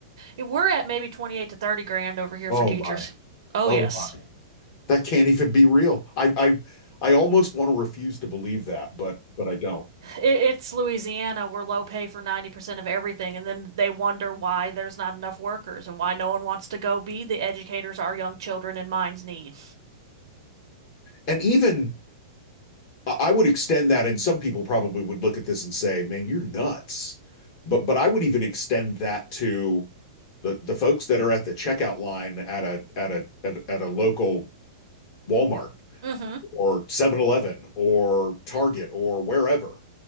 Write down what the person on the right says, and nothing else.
we're at maybe 28 to 30 grand over here
for teachers.
Oh,
yes.
It, it's Louisiana. We're low pay for 90% of everything. And then they wonder why there's not enough workers and why no one wants to go be the educators our young children and minds need.
hmm